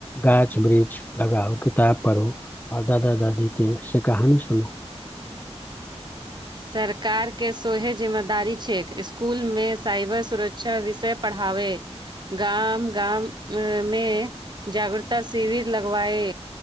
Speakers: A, on the left; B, on the right.
A: गाछ वृक्ष लगाउ किताब पढ़ू आओर दादा दादी के से कहानी सुनू
B: <inaudible> सरकारके सोहे जिम्मेदारी छै इसकुलमे साइबर सुरक्षा विषय पढ़ाबै गाम गाममे जागरूकता शिविर लगवाए